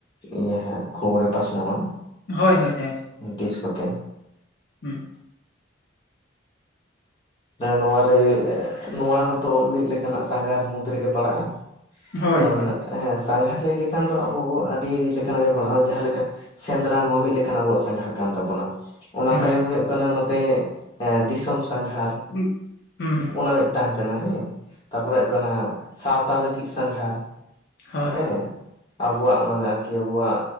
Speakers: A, on the left; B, on the left.
A: ᱤᱭᱟᱹ ᱠᱷᱚᱵᱚᱨᱮ ᱯᱟᱥᱱᱟᱣᱟ
B: ᱦᱳᱭ ᱦᱳᱭ ᱦᱳᱭ
A: ᱛᱤᱥ ᱠᱚᱛᱮ
B: ᱦᱮᱸ
A: ᱱᱚᱣᱟ ᱨᱮ ᱱᱚᱣᱟ ᱦᱚᱸᱛᱚ ᱢᱤᱫ ᱞᱮᱠᱟᱱᱟᱜ ᱥᱟᱸᱜᱷᱟᱨ ᱢᱩᱫᱽ ᱨᱮᱜᱮ ᱯᱟᱲᱟᱜᱼᱟ
B: ᱦᱳᱭ
A: ᱡᱮᱢᱚᱱ
B: ᱦᱳᱭ
A: ᱦᱮ ᱥᱟᱸᱜᱷᱟᱨ ᱞᱟᱹᱭ ᱞᱮᱠᱷᱟᱱ ᱫᱚ ᱟᱵᱚ ᱟᱹᱰᱤ ᱞᱮᱠᱟᱱᱟᱜ ᱜᱮ ᱵᱟ ᱡᱟᱦᱟᱸ ᱞᱮᱠᱟ ᱥᱮᱸᱫᱽᱨᱟ ᱱᱚᱣᱟ ᱢᱤᱫ ᱞᱮᱠᱟᱱᱜ ᱟᱵᱚᱣᱟᱜ ᱥᱟᱸᱜᱷᱟᱨ ᱠᱟᱱ ᱛᱟᱵᱚᱱᱟ᱾ ᱚᱱᱟ
B: ᱦᱳᱭ
A: ᱛᱟᱭᱚᱢ ᱦᱩᱭᱩᱜ ᱠᱟᱱᱟ ᱱᱚᱛᱮ ᱫᱤᱥᱚᱢ ᱮ ᱥᱟᱸᱜᱷᱟᱨ᱾
B: ᱩᱸᱜ ᱦᱮᱸ᱾
A: ᱚᱱᱟ ᱢᱤᱫᱴᱟᱝ ᱠᱟᱱᱟ ᱦᱮᱸ ᱛᱟᱯᱚᱨᱮ ᱠᱟᱱᱟ ᱥᱟᱶᱛᱟ ᱞᱟᱹᱜᱤᱫ ᱥᱟᱸᱜᱷᱟᱨ᱾
B: ᱦᱳᱭ
A: ᱦᱮᱸ ᱟᱵᱚᱣᱟᱜ ᱢᱟᱱᱮ ᱟᱨᱠᱤ ᱟᱵᱩᱣᱟᱜ